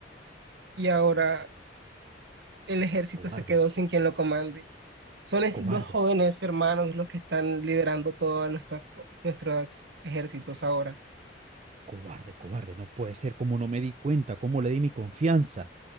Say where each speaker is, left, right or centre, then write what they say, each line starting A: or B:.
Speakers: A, on the right (about 65°); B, on the right (about 40°).
A: y ahora el ejército
B: Cobarde,
A: se quedó sin quien lo comande. Son esos
B: cobarde,
A: dos jóvenes hermanos los que están liderando todos nuestras, nuestros ejércitos ahora.
B: cobarde, cobarde. No puede ser. ¿Cómo no me di cuenta? ¿Cómo le di mi confianza